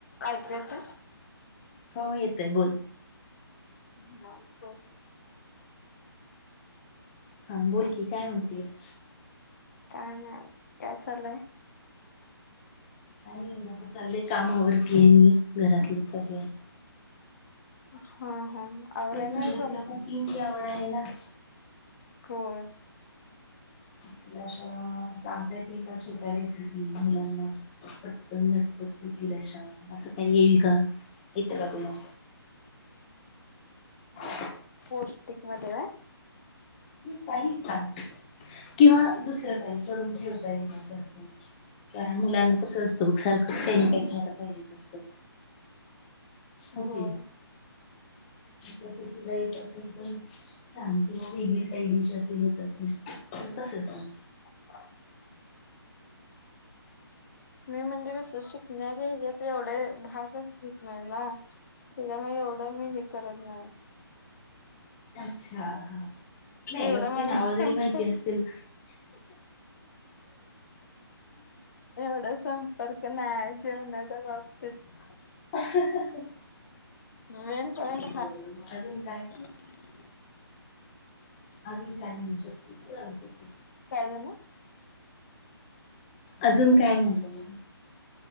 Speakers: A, on the left (about 40°); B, on the left (about 20°).
A: <unintelligible> येतोय?
B: हो येतोय बोल.
A: <unintelligible> हो
B: हा बोल की ही काय म्हणतेस?
A: काय नाय वो काय चाललंय?
B: काई नाई चाललंय काम आवरतीय मी घरातल चालू आहे.
A: हा हा आवराय
B: तेच
A: नाही
B: म्हणलं
A: रूम
B: तुला कुकिंगची आवड आहे ना. <inaudible>
A: व्हय
B: आपल्याशा सांगताय ती का छोट्या रेसिपी मुलांना पटकन झटपट होतील अशा असं का येईल का? येतं का तुला. <inaudible>
A: पौष्टिक मध्ये अ
B: काही सांग किंवा दुसरं काही करून ठेवता येण्यासारखं कारण मुलांना कसं असतं बघ सारखंच काही ना काही ख्यायला पाहिजेच असत. हो
A: होय
B: की तस तुला येत असेल तर सांग किंवा वेगळी काही डिश असेेल येत असेल तसं सांग.
A: <inaudible> मी म्हणजे कस शिकण्या हच्यात एवढे भागच घेत नाही ना. त्याच्यामुळे एवढं मी हे करत नाही.
B: अच्छा हा नाही
A: एवढं
B: नुसती
A: माझ
B: नावं
A: संपत
B: जरी माहिती असतील
A: एवढं संप फरक नाही जेवणाच्या बाबतीत
B: <unintelligible>
A: मेन पॉइंट
B: बरं मग अजून काय
A: <unintelligible>
B: अजून काय म्हणू शकते सांग तस.
A: काय देणार.
B: अजून काय म्हणलं मग